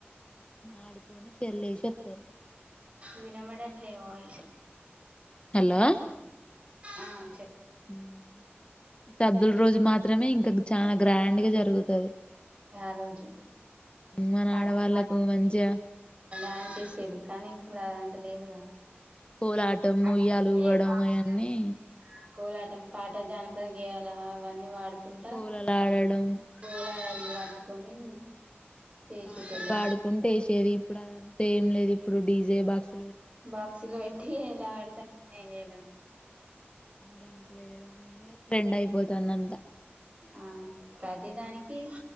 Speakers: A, on the left; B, on the right.
A: ఆడుకొని చర్ల వేసి వస్తారు
B: వినమడ అట్లే వయిస్
A: హలో
B: ఆ చెప్పు
A: హ సద్దుల రోజు మాత్రమే ఇంకా చాలా గ్రాండ్ గా జరుగుతది
B: ఆ రోజు
A: మన
B: పాటి
A: ఆడవాళ్ళకు
B: పాడు
A: మంచిగా
B: ్యాన్స్ చేసేది కానీ ఇప్పుడు అదంత లేదుగా
A: కోలాటం ముయ్యలుగడం
B: అందుకే బాక్స్
A: అవన్నీ
B: లో కోలాటం పాట జానపద గేయాల అవన్నీ వాడుకుంటా
A: కోలలు ఆడడం
B: పూలా పట్టుకొని చేసేటోళ్ళు
A: పాటలు పాడుకుంటే వేసేది ఇప్పుడు అదంతా ఏం లేదు ఇప్పుడు డీజే బాక్స్
B: బాక్సిలు పెట్టి ఏలా అడుతే ఏడం
A: డ్యాన్సులు వేయడం ఇవే ట్రెండ్ అయిపోతుందంతా
B: ఆ ప్రతిదానికి